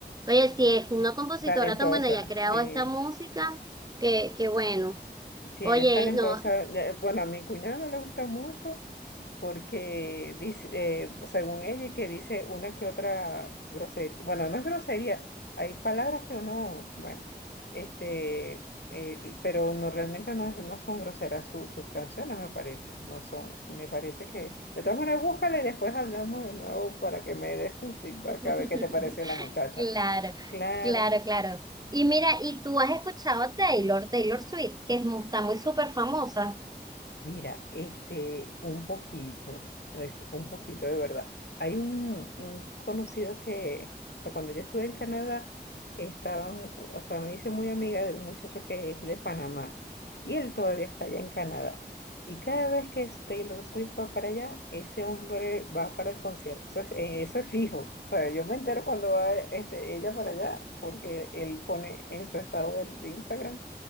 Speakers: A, on the right; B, on the left.
A: Oye, si es una compositora
B: Talentosa,
A: tan buena y ha creado
B: sí,
A: esta música, que, que bueno.
B: sí,
A: Oye,
B: ella es talentosa.
A: no.
B: Eh, Bueno, a mi cuñado le gusta mucho. porque dice, eh, según ella, y que dice una que otra grosería, bueno, no es grosería, hay palabras que uno, bueno, este, eh, pero no realmente no, es- no son groseras su- sus canciones, me parece, no son, me parece que, de todas maneras, búscala y después hablamos de nuevo para que me des tu feedback,
A: <laughs>
B: a ver qué te pareció la muchacha.
A: Claro,
B: Claro.
A: claro, claro. Y mira, ¿y tú has escuchado a Taylor, Taylor Swift, que es mu- está muy súper famosa?
B: Mira, este, un poquito, es un poquito de verdad. Hay un, un conocido que, o sea, cuando yo estuve en Canadá, estaban, o sea, me hice muy amiga de un muchacho que es de Panamá y él todavía está allá en Canadá. Y cada vez que es Taylor Swift va para allá, ese hombre va para el concierto. Eso es, eh, eso es fijo. O sea, yo me entero cuando va este, ella para allá porque él pone en su estado de de Instagram